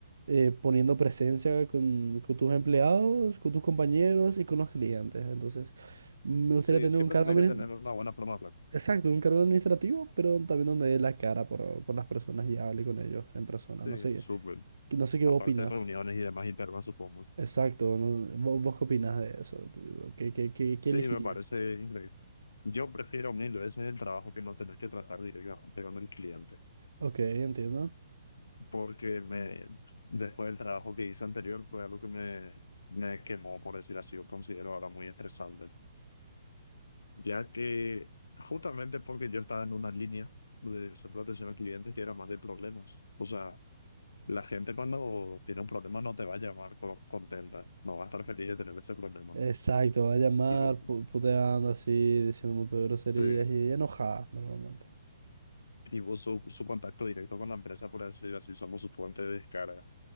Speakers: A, on the right; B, on the left.
A: eh, poniendo presencia con, con tus empleados, con tus compañeros y con los clientes. Entonces, me gustaría
B: Sí,
A: tener
B: siempre
A: un cargo
B: tenés
A: administrativo.
B: que tener una buena forma de hablar.
A: Exacto, un cargo administrativo, pero también donde dé la cara por, por las personas y hable con ellos en persona.
B: Sí,
A: No sé,
B: súper.
A: qué- no sé qué
B: Aparte
A: vos opinás.
B: de reuniones y demás internas, supongo.
A: Exacto, no- ¿Vos, vos qué opinás de eso? Tipo, ¿Qué, qué, qué,
B: Sí,
A: qué elegirías?
B: me parece increíble. Yo prefiero mil veces el trabajo que no tener que tratar directamente con el cliente.
A: Ok, entiendo.
B: Porque me, después del trabajo que hice anterior fue algo que me, me quemó, por decir así, yo considero ahora muy estresante. Ya que justamente porque yo estaba en una línea de centro de atención al cliente que era más de problemas. O sea, La gente cuando tiene un problema no te va a llamar co- contenta, no va a estar feliz de tener ese problema.
A: Exacto, va a llamar
B: Y vos,
A: pu- puteando así, diciendo un montón de groserías
B: sí,
A: y enojada normalmente.
B: y vos su, su contacto directo con la empresa, por decir así, somos su fuente de descarga.